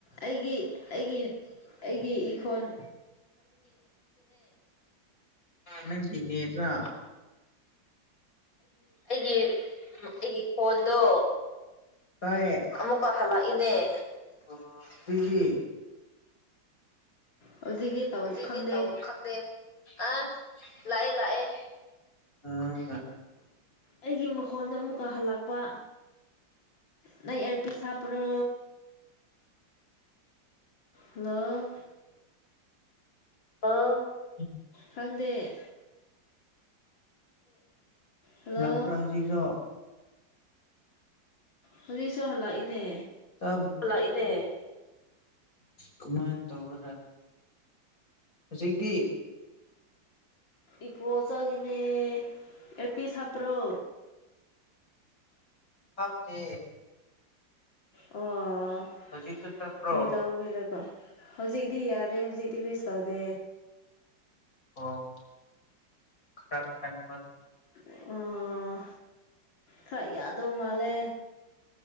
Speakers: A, on the left; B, on the left.
A: ꯑꯩꯒꯤ ꯑꯩꯒꯤ ꯑꯩꯒꯤ ꯏꯈꯣꯟꯜ
B: ꯅꯪꯒꯤꯅꯦꯔ ꯑꯩꯒꯤ ꯑꯩꯒꯤ ꯈꯣꯟꯗꯣ ꯇꯌꯦ ꯑꯃꯨꯛꯀ ꯍꯜꯂꯛꯏꯅꯦꯒꯤ
A: ꯍꯧꯖꯤꯛꯇꯤ ꯇꯧ
B: ꯍꯧꯖꯤꯛꯇꯤ
A: ꯈꯪꯗꯦ
B: ꯇꯧ ꯈꯪꯗꯦ ꯑ ꯂꯥꯛꯑꯦ ꯂꯥꯛꯑꯦ ꯎꯝ
A: ꯑꯩꯒꯤ ꯃꯈꯣꯟꯗ ꯑꯃꯨꯛꯀ ꯍꯜꯂꯛꯄ ꯅ ꯑꯔꯄꯤꯁ ꯍꯥꯄꯔꯣ ꯂꯣ
B: ꯑꯥ <unintelligible>
A: ꯈꯪꯗꯦ ꯍꯜꯂꯣ
B: ꯂꯥꯛꯄꯥ ꯍꯧꯖꯤ ꯆꯣ
A: ꯍꯧꯖꯤꯛꯁꯨ ꯍꯜꯂꯛꯏꯅꯦ
B: ꯏ ꯀꯃꯥꯏ ꯇꯅꯤ ꯍꯧꯖꯤꯛꯀꯤ
A: ꯏꯀꯣ ꯆꯂꯤꯅꯦ ꯑꯦꯄꯤ ꯁꯥꯄ꯭ꯔꯣ
B: ꯍꯥꯞꯇꯦ
A: ꯑꯣ
B: ꯍꯧꯖꯤꯛꯁꯨ ꯆꯠꯄ꯭ꯔꯣ
A: ꯀꯔꯤ ꯇꯧꯒꯦꯔꯀꯣ ꯍꯧꯖꯤꯛꯇꯤ ꯌꯥꯔꯦ ꯍꯧꯖꯤꯛꯇꯛꯇꯤ ꯀꯔꯤꯁ ꯇꯧꯗꯦ
B: ꯑꯣ ꯈꯔ ꯑꯕ
A: ꯑ ꯈꯥꯏ ꯌꯥꯗꯣ ꯃꯥꯂꯦ